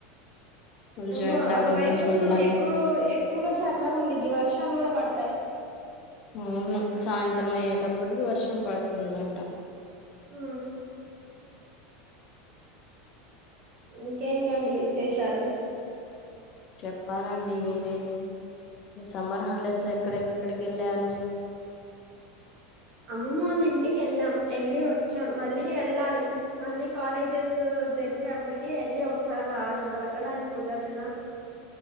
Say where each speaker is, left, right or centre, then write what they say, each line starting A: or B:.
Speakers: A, on the left; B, on the right.
A: కొంచెం
B: వు
A: ఎండ
B: అటువైపు
A: కొంచెం చల్లగా
B: ఎక్కువ ఎక్కువగా చల్లఉండిద్ది వర్షాలు కూడా పడు
A: అవును సాయంత్రం అయేటప్పుడు వర్షం పడు వును అంట
B: ఆ ఇంకేంటండి విశేషాలు
A: చెప్పాలండి మీరే సమ్మర్ హాలిడేస్ లో ఎక్కడ ఎక్కడికెల్లార్
B: అమ్మోమోల ఇంటిక్ కెళ్ళాం ఎళ్లి వచ్చాం మళ్ళీ వెళ్ళాలి మళ్ళీ కాలేజెస్ తెరిచే అప్పటికి వెళ్ళి ఒకసారి రావాలి ఇంక వెళ్ళడానికి కుదరదుగా